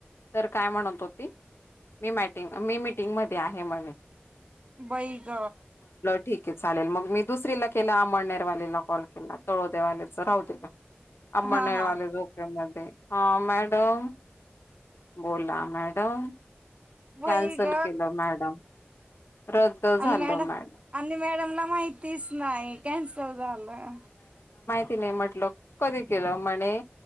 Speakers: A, on the left; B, on the right.
A: तर काय म्हणत होत मी मॅंटीम मी मीटिंग मध्ये आहे म्हने
B: बै ग
A: ठीक आहे चालेल मग मी दुसरीला केला अमळनेरवालेला कॉल केला तळोदवालेच राहू दे म्हटल अंमळनेरवाले
B: हा हा
A: झोपे मधे, ह मॅडम बोला मॅडम
B: वई
A: कॅन्सल
B: ग
A: केलं मॅडम रद्द
B: आणि
A: झालं
B: मॅड
A: मॅडम
B: आणि मॅडम ला माहितीच नाही कॅन्सल झालं
A: तिने म्हटलं कधी केलं म्हणे